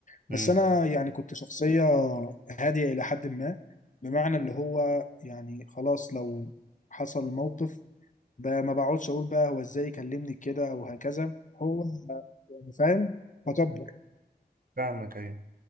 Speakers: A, on the left; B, on the right.
A: بس
B: امم
A: انا يعني كنت شخصية هادية الى حد ما بمعنى اللي هو يعني خلاص لو حصل موقف ب- ما بقعدش اقول بقى هو ازاي كلمني كده او هكذا هو يعني فاهم فكبر
B: فاهمك ايوه